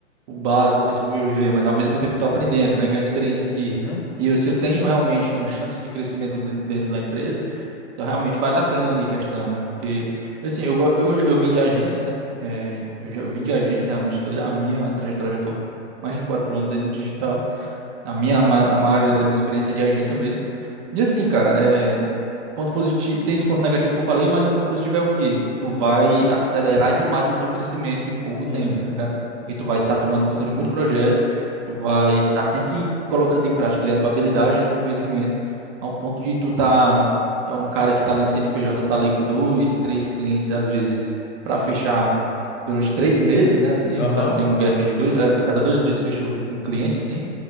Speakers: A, on the right; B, on the left.
A: o básico para sobreviver, mas ao mesmo tempo eu tô aprendendo, né, ganhando experiência aqui.
B: Uhum.
A: E eu, se eu tenho realmente uma chance de crescimento de- dentro da empresa, então, realmente vale a pena ali a questão, né? Porque, assim, eu, go- eu, já- eu vim de agência, né? É, eu já eu vim de agência, realmente, toda a minha trajetória já tô há mais de quatro anos aí no digital. A minha ma- a maioria da minha experiência é de agência mesmo. E assim, cara, é, ponto positivo, tem esse ponto negativo que eu falei, mas o ponto positivo é o quê? Tu vai acelerar demais o teu crescimento em pouco tempo,
B: Hum,
A: tá ligado? Porque tu vai estar tomando conta de muito projeto, tu vai estar sempre colocando em prática ali a tua habilidade, né, teu conhecimento, ao ponto de tu tá é um cara que tá lá no C N P j tá ali com dois, três clientes às vezes para fechar durante três meses, né? Assim,
B: aham.
A: o cara tem um gap de dois, a cada dois meses fecha um cliente assim.